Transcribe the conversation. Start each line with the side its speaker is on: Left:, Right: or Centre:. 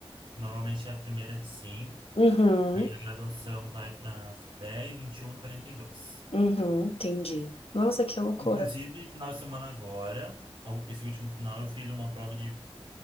Right: Normalmente a primeira é de 5
Left: Uhum.
Right: e a graduação vai para dez vinte e um e e quarenta e dois
Left: Uhum. Entendi. Nossa, que loucura.
Right: Inclusive, final de semana agora, ao- esse último final, eu fiz uma prova de,